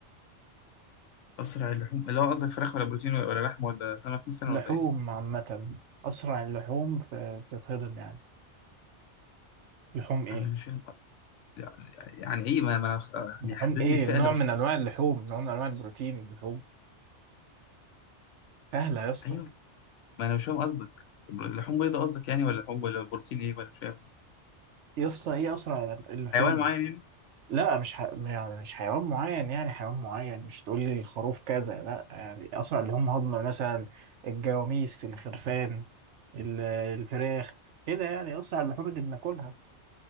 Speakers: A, on the left; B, on the right.
A: أسرع اللحوم اللي هو قصدك فراخ ولا بروتين ولا ولا لحم ولا سمك مثلا
B: اللحوم
A: ولا إيه؟
B: عامة أسرع اللحوم في- بتتهضم يعني لحوم إيه؟
A: أنا مش فاهم يعني يعني إيه ما ما أنا بخ- يعني
B: لحوم
A: حدد
B: إيه؟
A: لي الفئة
B: نوع
A: اللي بختار
B: من أنواع
A: فيها
B: اللحوم نوع من أنواع البروتين اللحوم سهلة يا اسطى
A: أيوه ما أنا مش فاهم قصدك بر- لحوم بيضاء قصدك يعني ولا لحوم ولا بروتين إيه ولا مش فاهم
B: يسطا ايه اسرع اللحوم
A: حيوان معين يعني؟
B: لا مش ح... يعني مش حيوان معين يعني حيوان معين مش تقول لي الخروف كذا لا يعني اسرع اللي هم هضمه مثلا الجواميس الخرفان ال- الفراخ كده يعني اسرع اللحوم اللي بناكلها